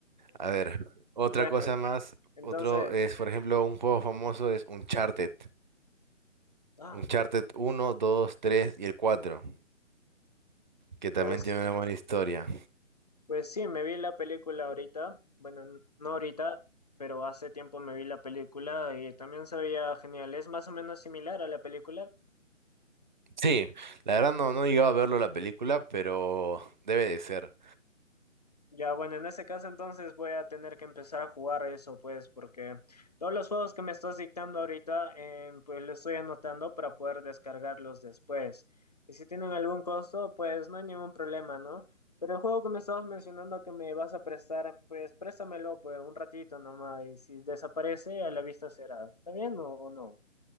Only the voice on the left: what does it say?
Bueno,
Entonces,
ah,
pues,
pues sí, me vi la película ahorita. Bueno, n- no ahorita, pero hace tiempo me vi la película y también se veía genial. Es más o menos similar a la película,
Ya, bueno, en ese caso entonces voy a tener que empezar a jugar eso, pues, porque todos los juegos que me estás dictando ahorita, eh, pues los estoy anotando para poder descargarlos después. Y si tienen algún costo, pues no hay ningún problema, ¿no? Pero el juego que me estabas mencionando que me vas a prestar, pues préstamelo, pues, un ratito nomás, y si desaparece, a la vista será. ¿Está bien o, o no?